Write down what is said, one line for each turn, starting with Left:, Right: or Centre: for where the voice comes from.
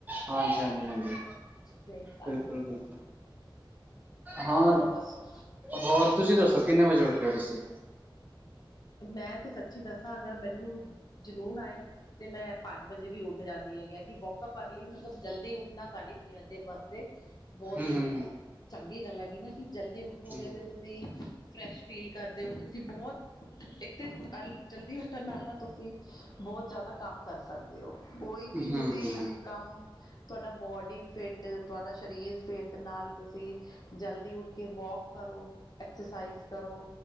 Right: ਹਾਂਜੀ ਹਾਂਜੀ ਹਾਂਜੀ
Left: ਤੇ ਕਾਰਨ
Right: ਬਿਲਕੁਲ ਬਿਲਕੁਲ ਹਾਂ,
Left: ਹੋਰ ਦੱਸੋ
Right: ਹੋਰ ਤੁਸੀਂ ਦੱਸੋ ਕਿੰਨੇ ਵਜੇ ਉੱਠਦੇ ਓ ਤੁਸੀ
Left: ਮੈਂ ਤੇ ਸੱਚੀ ਦੱਸਾਂ ਅਗਰ ਮੈਨੂੰ ਜਨੂੰਨ ਆਏ ਤੇ ਮੈਂ ਪੰਜ ਵਜੇ ਵੀ ਉੱਠ ਜਾਂਦੀ ਹੈਗੀ ਆ ਕੀ ਵੋਕ ਅਪ ਅਰਲੀ ਮਤਲਬ ਜਲਦੀ ਉੱਠਣਾ ਸਾਡੀ ਕਿ ਏਦੇ ਵਾਸਤੇ ਬੋਤ
Right: ਹਮ
Left: ਚੰਗੀ ਗੱਲ ਹੈਗੀ ਨਾ ਕੀ ਜਲਦੀ ਉੱਠੋਗੇ
Right: ਹਮ
Left: ਤੇ ਤੁ ਸੀ ਫਰੈਸ਼ ਫੀਲ ਕਰਦੇ ਓ ਤੁਸੀਂ ਬੋ ਇੱਕ ਤੇ ਜਲਦੀ ਉੱਠਣ ਨਾਲ ਨਾ ਤੁਸੀਂ ਬੋਤ ਜਾਦਾ ਕੰਮ ਕਰ ਸਕਦੇ ਓ, ਕੋਈ
Right: ਹਮ
Left: ਵੀ
Right: ਹਮ
Left: ਤੁਸੀਂ ਕੰਮ ਤੁਹਾਡਾ ਬੋਡੀ ਫਿੱਟ, ਤੁਹਾਡਾ ਸਰੀਰ ਫਿੱਟ, ਨਾਲ ਤੁਸੀਂ ਜਲਦੀ ਉੱਠ ਕੇ ਵੋਕ ਕਰੋ ਐਕਸਰਸਾਈਜ਼ ਕਰੋ